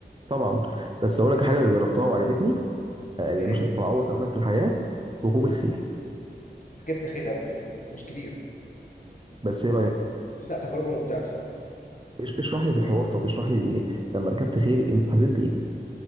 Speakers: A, on the right; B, on the left.
A: طبعا بس اقول لك حاجه اللي جربتها وعجبتني آه، اللي
B: ايه هي
A: مش هتتعوض ابدا في الحياه ركوب الخيل
B: ركبت خيل قبل كده بس مش كتير
A: بس ايه رايك
B: لا تجربه ممتعه بصراحه
A: إش- اشرح لي في الحوار طب اشرح لي لما ركبت خيل انت حسيت بايه